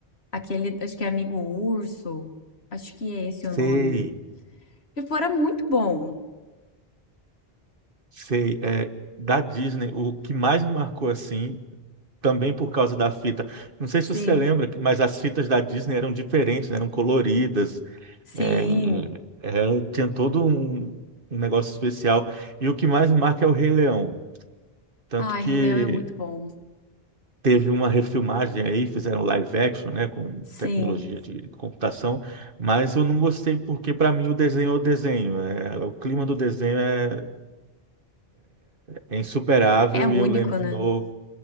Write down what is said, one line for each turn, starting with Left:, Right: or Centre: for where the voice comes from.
Left: aquele, acho que é Amigo Urso. Acho que é esse o
Right: Sei,
Left: nome. Tipo, era muito bom.
Right: sei. É, da Disney, o que mais me marcou assim, também por causa da fita. Não sei
Left: Sim,
Right: se você lembra, mas as fitas da Disney eram diferentes, né? Eram coloridas,
Left: sim.
Right: é, é, tinha todo um, um negócio especial. E o que mais me marca é o Rei Leão. Tanto
Left: Ai,
Right: que
Left: Rei Leão é muito bom.
Right: Teve uma refilmagem aí, fizeram live action, né, com
Left: Sim,
Right: tecnologia de computação, mas eu não gostei porque, para mim, o desenho é o desenho. é- o clima do desenho é, é insuperável
Left: é único,
Right: e eu lembro de
Left: né?
Right: novo